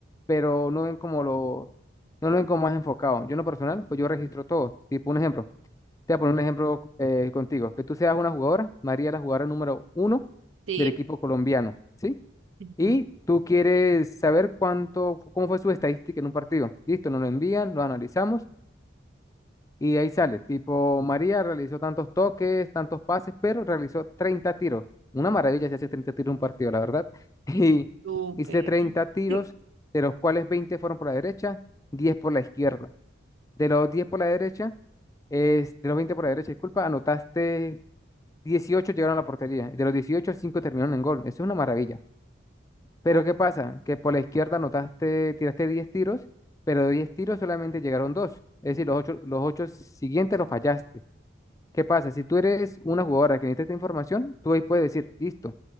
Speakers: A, on the left (about 15°); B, on the right (about 80°).
A: pero no ven como lo, no lo ven como más enfocado. Yo en lo personal, pues yo registro todo. Tipo, un ejemplo. Te voy a poner un ejemplo eh, contigo. Que tú seas una jugadora, María la jugadora número uno
B: ¿Sí?
A: del equipo colombiano, ¿sí?
B: Ujú,
A: Y tú quieres saber cuánto, cómo fue su estadística en un partido. Listo, nos lo envían, lo analizamos y ahí sale. Tipo, María realizó tantos toques, tantos pases, pero realizó 30 tiros. Una maravilla si hace 30 tiros en un partido, la verdad. <laughs> Y
B: Súper.
A: hice treinta tiros,
B: <laughs> Sí.
A: de los cuales 20 fueron por la derecha, 10 por la izquierda. De los 10 por la derecha, es, de los 20 por la derecha, disculpa, anotaste 18 llegaron a la portería. De los 18, 5 terminaron en gol. Eso es una maravilla. Pero
B: Ok.
A: ¿qué pasa? Que por la izquierda anotaste, tiraste 10 tiros, pero de 10 tiros solamente llegaron 2. Es decir, los ocho, los ocho siguientes los fallaste. ¿Qué pasa? Si tú eres una jugadora que necesita esta información, tú ahí puedes decir, listo,